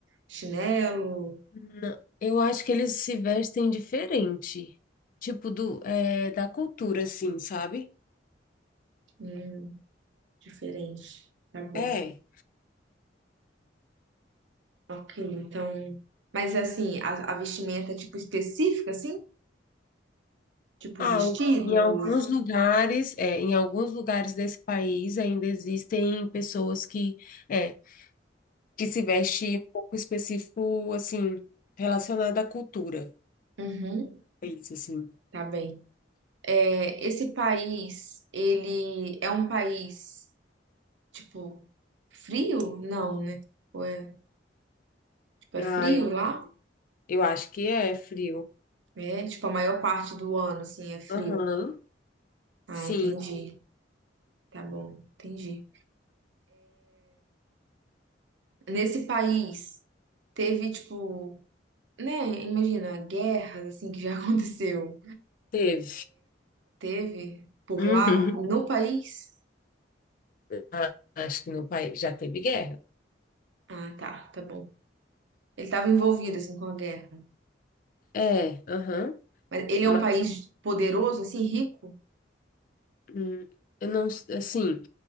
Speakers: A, on the right; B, on the left.
A: chinelo,
B: Não. Eu acho que eles se vestem diferente. Tipo, do, é, da cultura, assim, sabe?
A: hum, diferente. Tá bom.
B: É.
A: Ok, então. Mas assim, a, a vestimenta tipo específica, assim? Tipo
B: Ah,
A: vestidos?
B: o- em alguns lugares, é, em alguns lugares desse país ainda existem pessoas que, é, que se vestem um pouco específico, assim, relacionado à cultura.
A: Uhum,
B: É isso, assim.
A: tá bem. É, esse país, ele é um país, tipo, frio? Não, né? Ou é, tipo, é
B: Ah,
A: frio
B: eu,
A: lá?
B: eu acho que é frio.
A: É, tipo, a maior parte do ano, assim, é frio.
B: Aham.
A: Ah,
B: Sim,
A: entendi. Tá bom, entendi. Nesse país, teve, tipo, né? Imagina, guerras, assim, que já <laughs> aconteceu.
B: teve.
A: Teve por
B: Uhum.
A: lá, no país?
B: Ah, acho que no país já teve guerra.
A: Ah, tá, tá bom. Ele estava envolvido, assim, com a guerra.
B: É, aham.
A: Mas ele
B: Mas
A: é um país poderoso, assim, rico?
B: hum, eu não, assim,